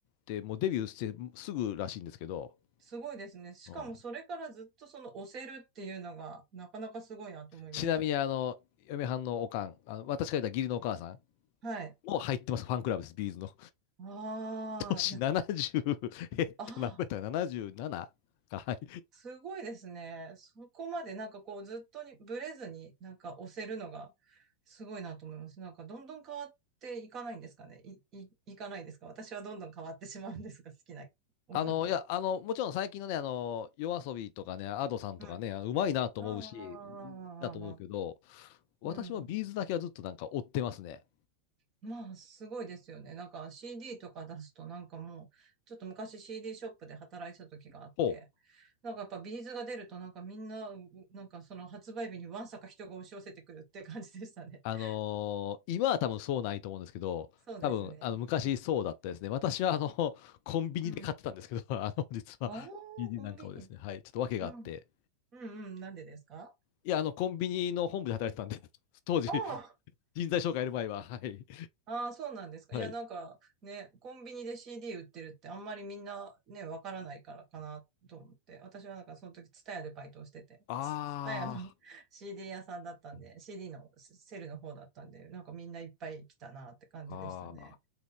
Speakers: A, on the left (about 45°); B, on the right (about 35°).
A: て、もうデビューしてすぐらしいんですけど、
B: すごいですね。しかもそれからずっとその押せるっていうのがなかなかすごいなと思います。
A: うんちなみに、あの、嫁はんのおかん、あの私から言った義理のお母さん
B: はい。
A: もう入ってます、ファンクラブです、ビーズの。
B: ああ、
A: 年70、
B: いや、
A: えっと、
B: ああ、
A: 何倍だったか、77? はい。
B: すごいですね。そこまでなんかこうずっとにブレずになんか押せるのがすごいなと思います。なんかどんどん変わっていかないんですかね。い、い、いかないですか。私はどんどん変わってしまうんですが、好きな音楽が。
A: あの、いや、あの、もちろん最近のね、あの、夜遊びとかね、アドさんとかね、
B: うん。あ
A: うまいなと思うし、
B: あ、ああ、
A: いいなと思うけど、
B: ああ
A: 私もビーズだけはずっとなんか追ってますね。
B: うん。まあ、すごいですよね。なんか CD とか出すと、なんかもう、ちょっと昔 CD ショップで働いてた時があって、
A: ほう。
B: なんかやっぱビーズが出ると、なんかみんな、うなんかその発売日にわんさか人が押し寄せてくるって感じでしたね。
A: あのー今は多分そうないと思うんですけど、
B: <laughs> そうですね。
A: 多分、あの、昔そうだったですね。
B: うん。
A: 私は、あの、コンビニで買ってたんですけど、
B: うん
A: <laughs> あの、実は、
B: ああ、
A: ビー d
B: コンビニ。
A: なんかをですね、はい、ちょっと訳があって、
B: うん。うんうん。なんでですか
A: いや、あの、コンビニの本部で働いてたんで、当時、
B: ああー
A: 人材紹介やる前は、はい、
B: ああ、そうなんですか。
A: はい。
B: いや、なんかね、コンビニで CD 売ってるってあんまりみんなね、わからないからかなと思って。私はなんかその時、ツタヤでバイトをしてて、
A: あ
B: ツツタヤの <laughs> CD 屋さんだったんで、CD のセルの方だったんで、なんかみんないっぱい来たなって感じでしたね。
A: あ、ああ。